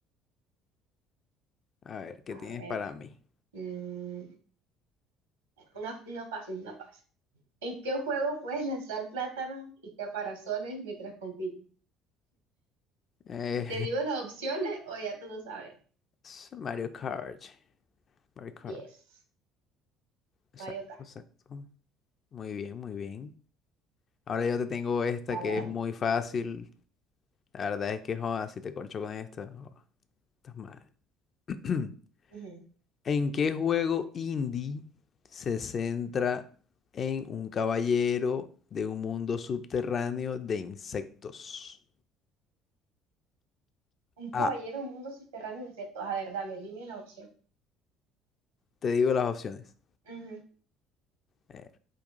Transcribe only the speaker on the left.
A ver, ¿qué
tienes
para mí?
Eh,
<laughs> es Mario Kart. Mario Kart.
Exacto,
exacto. Muy bien, muy bien. Ahora yo te tengo esta
que
es muy fácil. La verdad es que, joda, si te corcho con esta, joda, estás mal. <clears throat>
¿En qué juego indie se centra en un caballero de un mundo subterráneo de insectos?
A,
te digo las opciones.
A ver,